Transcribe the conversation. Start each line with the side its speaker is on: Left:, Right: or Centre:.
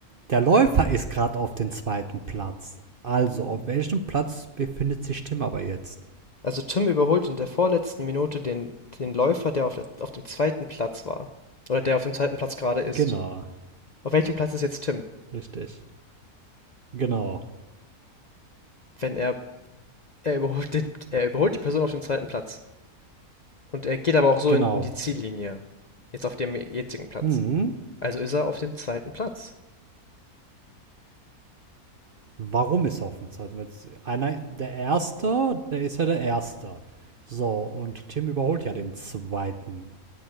Right: Der Läufer ist gerade auf dem zweiten Platz. Also, auf welchem Platz befindet sich Tim aber jetzt?
Left: Also Tim überholt in der vorletzten Minute den, den Läufer, der auf, der, auf dem zweiten Platz war. Oder der auf dem zweiten Platz gerade ist.
Right: Genau,
Left: Auf welchem Platz ist jetzt Tim?
Right: richtig. Genau,
Left: Wenn er, er überholt den, er überholt die Person auf dem zweiten Platz. Und er geht aber auch so
Right: genau.
Left: in, in die Ziellinie. Jetzt auf dem jetzigen Platz.
Right: Hm,
Left: Also ist er auf dem zweiten Platz.
Right: warum ist er auf dem zweiten Platz? Einer, der Erste, der ist ja der Erste. So, und Tim überholt ja den Zweiten.